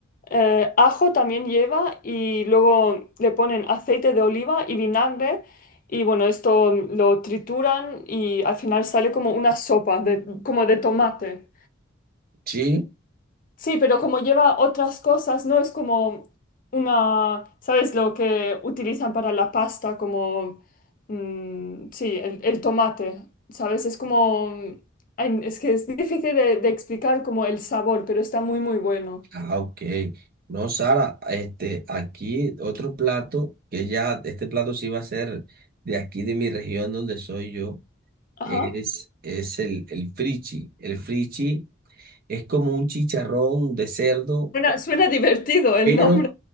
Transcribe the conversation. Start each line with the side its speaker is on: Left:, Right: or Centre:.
Left: Eh, ajo también lleva y luego le ponen aceite de oliva y vinagre y bueno, esto lo trituran y al final sale como una sopa de, como de tomate.
Right: Sí.
Left: Sí, pero como lleva otras cosas, no es como una, ¿sabes lo que utilizan para la pasta? Como, mm, sí, el, el tomate, ¿sabes? Es como, ay, es que es difícil de, de explicar como el sabor, pero está muy, muy bueno.
Right: Ah, ok. No, Sara, este, aquí otro plato, que ya, este plato sí va a ser de aquí de mi región donde soy yo,
Left: Ajá.
Right: es, es el, el frichi. El frichi es como un chicharrón de cerdo,
Left: Suena, suena divertido el
Right: pero,
Left: nombre.